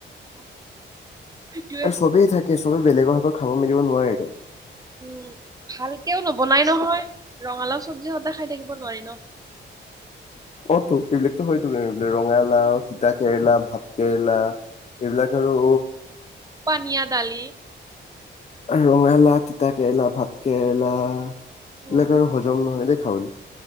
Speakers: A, on the right; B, on the left.
A: অ, সেইটোৱে
B: আৰু চবেই থাকে চবেই বেলেগৰ হাতত খাব মেলিব নোৱাৰেটো
A: উম ভালকেও নবনাই নহয় ৰঙালাও চবজি হতে খাই থাকিব নোৱাৰি ন।
B: অত এইবিলাকতো হয় তুম ৰঙালাও তিতা কেৰেলা ভাত কেৰেলা এইবিলাক আৰু
A: পনীয়া দালি
B: ৰঙালা তিতা কেৰেলা ভাত কেৰেলা এইবিলাক
A: উম,
B: আৰু হজম নহয় দেই খাওনি।